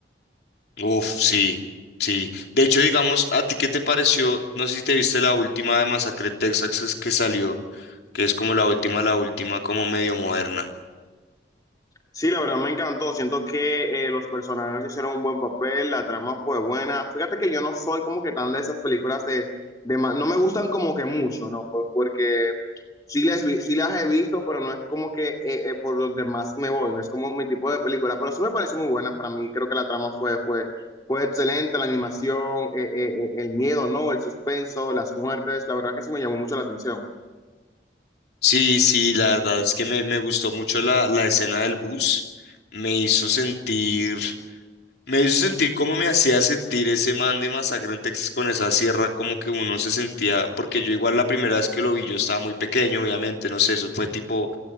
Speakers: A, on the left; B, on the left.
A: Uf, sí, sí. De hecho, digamos, ¿a ti qué te pareció? No sé si te viste la última de Masacre en Texas que salió, que es como la última, la última, como medio moderna.
B: Sí, la verdad me encantó. Siento que eh, los personajes hicieron un buen papel, la trama fue buena. Fíjate que yo no soy como que tan de esas películas de, de ma- no me gustan como que mucho, ¿no? Pues porque Sí las, vi- sí las he visto, pero no es como que eh, eh, por donde más me voy, no es como mi tipo de película, pero sí me parece muy buena para mí, creo que la trama fue, fue, fue excelente, la animación, eh, eh, eh, el miedo, ¿no? El suspenso, las muertes, la verdad que sí me llamó mucho la atención.
A: Sí, sí, la verdad es que me, me gustó mucho la, la escena del bus. Me hizo sentir Me hizo sentir como me hacía sentir ese man de Masacre en Texas con esa sierra, como que uno se sentía, porque yo igual la primera vez que lo vi, yo estaba muy pequeño, obviamente, no sé, eso fue tipo